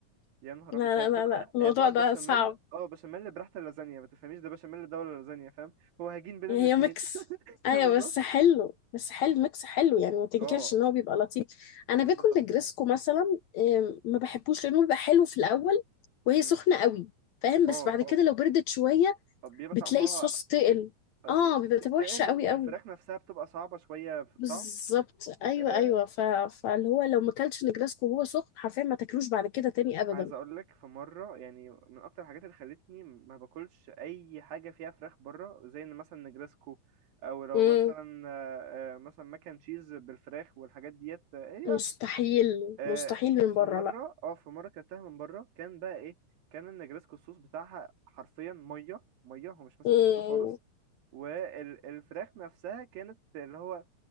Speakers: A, on the right; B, on the left.
A: يا نهار
B: لا
A: ابيض هي بتبقى
B: لا لا لا الموضوع
A: هي بتبقى
B: ده
A: بشاميل
B: صعب
A: اه بشاميل براحه اللازانيا ما تفهميش ده بشاميل ده ولا لازانيا فاهم هو هجين بين
B: يعني
A: الاتنين
B: هي ميكس
A: <laughs>
B: ايوه
A: بالظبط
B: بس حلو بس حلو ميكس حلو يعني ما تنكرش
A: اه
B: ان هو بيبقى لطيف
A: بجد
B: انا باكل
A: تحفه
B: نجرسكو مثلا آم، ما بحبوش لانه بيبقى حلو في الاول وهي
A: امم
B: سخنه قوي فاهم
A: اه
B: بس بعد
A: اه
B: كده لو بردت شويه
A: طب بيبقى
B: بتلاقي
A: طعمها
B: الصوص تقل
A: آه،
B: اه بيبقى
A: الصوص
B: تبقى
A: تقل
B: وحشه قوي
A: والفراخ
B: قوي
A: نفسها بتبقى صعبه شويه في الطعم
B: بالظبط ايوه
A: آه،
B: ايوه ف... فاللي هو لو ما اكلتش نجرسكو وهو سخن حرفيا ما تاكلوش بعد كده تاني ابدا
A: عايز اقول لك في مره يعني من اكتر الحاجات اللي خلتني ما باكلش اي حاجه فيها فراخ بره زي ان مثلا نجرسكو او لو
B: مم.
A: مثلا آه، آه، مثلا ماكن تشيز بالفراخ والحاجات ديت آه، ايه
B: مستحيل
A: آه،
B: مستحيل من
A: في
B: بره
A: مره
B: لا
A: اه في مره كلتها من بره كان بقى ايه كان النجرسكو الصوص بتاعها حرفيا ميه ميه هو مش ماسك
B: مم.
A: نفسه خالص والفراخ نفسها كانت اللي هو